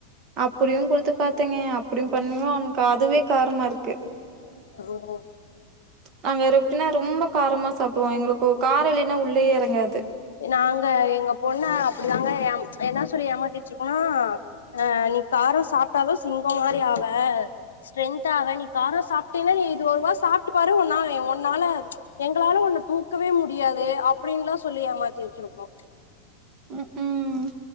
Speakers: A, on the right; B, on the left.
A: அப்டியுன் குடுத்து பாத்தேங்க அப்டியும் பண்ணியும் அவனுக்கு அதுவே காரமா இருக்கு
B: அஹஹ ஓ
A: நாங்க ரிப்னா ரொம்ப காரமா சாப்டுவோ எங்ளுக்கு காரோ இல்லீனா உள்ளயே எறங்காது
B: நாங்க எங்க பொண்ண அப்டிதாங்க எம் என்னா சொல்லி ஏமாத்திட்ருக்கோனா ஆ நீ காரோ சாப்டாதா சிங்கோ மாரி ஆவ ஸ்ட்ரென்த் ஆவ நீ காரோ சாப்டீனா நீ இது ஒருவா சாப்ட்டு பாரு உன்னா உன்னால எங்களாலு உன்ன தூ க்கவே முடியாது அப்டின்ல்லா சொல்லி ஏமா ஜேச்சிருக்கோ
A: ம் ம்